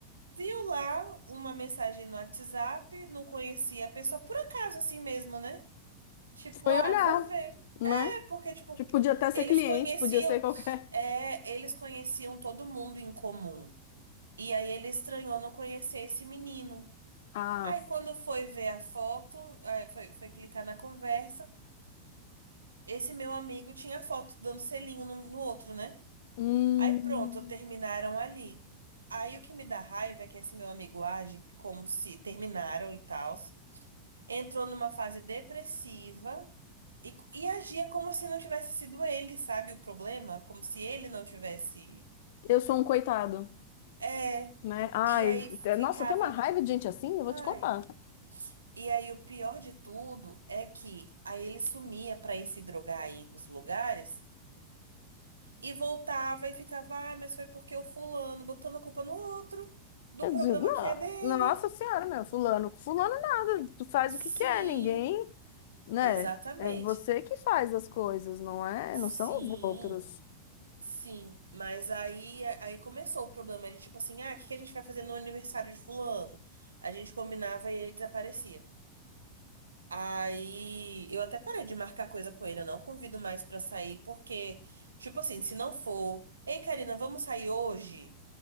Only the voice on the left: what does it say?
foi
olhar,
Né?
Tipo, podia até ser
cliente,
podia ser qualquer.
<laughs>
Ah,
hum,
eu sou um coitado,
né? ai,
te-
nossa, eu tenho uma raiva de gente assim, eu
vou te contar.
Eu
disse, não,
nossa senhora, meu, fulano, fulano nada, tu faz
o que quer, ninguém, né?
É você que faz as coisas, não é?
Não são os outros.